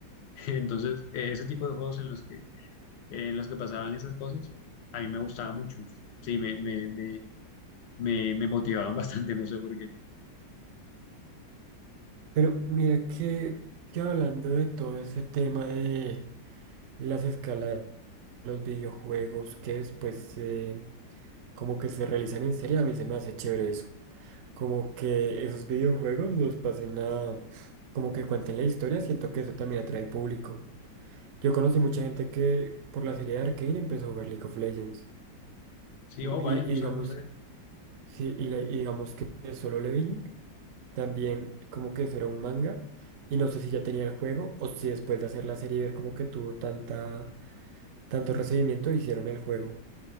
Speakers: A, on the left; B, on the right.
A: <laughs> Entonces, eh, ese tipo de juegos en los que, eh, en los que pasaban esas cosas, a mí me gustaba mucho. Sí, me, me, me, me, me motivaban <laughs> bastante, no sé por qué.
B: Pero mira que, que hablando de todo ese tema de las escalas de los videojuegos que después eh, como que se realizan en serie, a mí se me hace chévere eso. como que esos videojuegos los pasen a, como que cuenten la historia, siento que eso también atrae público. Yo conocí mucha gente que por la serie de Arcane empezó a jugar League of Legends.
A: Sí,
B: Mu-
A: oh,
B: Y,
A: vaya, no
B: y
A: sabes,
B: digamos,
A: no sabía.
B: sí, y, le- y digamos que Solo Leveling también como que eso era un manga. Y no sé si ya tenía el juego o si después de hacer la serie y ver como que tuvo tanta, tanto recibimiento hicieron el juego.